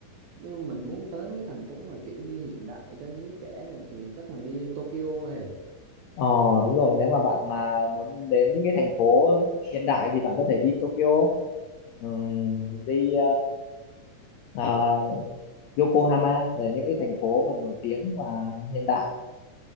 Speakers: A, on the right (about 70°); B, on the left (about 80°).
A: Nhưng mình muốn tới mấy thành phố mà kiểu như hiện đại cho giới trẻ này thì chắc mình đi Tokyo hề.
B: Ờ đúng rồi, nếu mà bạn mà muốn đến những cái thành phố hiện đại thì bạn có thể đi Tokyo, ừm, đi ờ, à, Yokohama là những cái thành phố mà nổi tiếng và hiện đại.